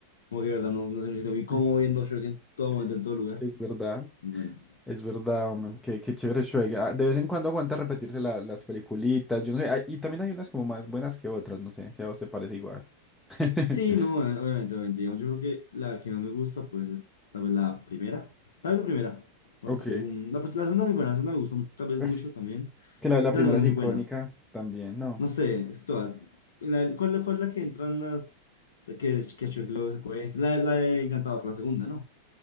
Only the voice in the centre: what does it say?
mm,
Sí,
es verdad,
es verdad, hombre. Qué, qué chévere Shrek. Ah, De vez en cuando aguanta repetirse la- las peliculitas. Yo no sé, hay- y también hay unas como más buenas que otras, no sé, si a vos te parece igual. <laughs>
Ok.
Es
que la, la primera
es
icónica
también, ¿no?